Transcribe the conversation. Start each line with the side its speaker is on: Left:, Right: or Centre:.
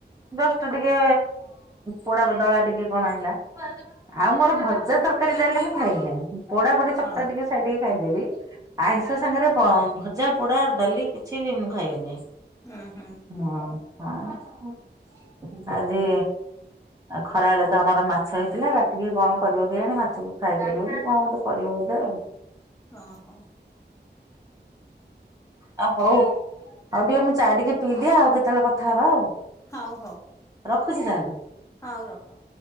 Right: ଜଷ୍ଟ ଟିକେ ପୋଡ଼ା ଦଳା ଟିକେ କଣ ହେଲା? ଆଉ ମୋର ଭଜା ତରକାରୀ ଡାଲି ମୁଁ ଖାଇବି ନାହିଁ। ପୋଡ଼ା ପୋଡ଼ି ଚକଟା
Left: ହଁ
Right: ଟିକେ ଛାଡିକି ଖାଇଦେବି। ଆଇଁଷ ସାଙ୍ଗରେ ଭଜା, ପୋଡ଼ା, ଡାଲି କିଛିବି ମୁଁ ଖାଇବିନାଇଁ।
Left: ଉହୁଁ।
Right: ହଁ ହ ଆଜି ଖରାବେଳେ ତ ଆମର ମାଛ ହେଇଥିଲା। ରାତିକି କଣ କରିବ କେଜାଣି ମାଛକୁ ଫ୍ରାଏ କରିବ କି କଣ ଗୋଟେ କରିବ ବୋଧେ ଆଉ?
Left: ଅହୋ।
Right: ଆଉ ହଉ ଆଉ ଟିକେ ମୁଁ ଚା ଟିକେ ପିଇଦିଏ ଆଉ କେତେବେଳେ କଥାହେବା ଆଉ।
Left: ହଉ ହଉ।
Right: ରଖୁଛି ତାହେଲେ?
Left: ହଉ ରଖ।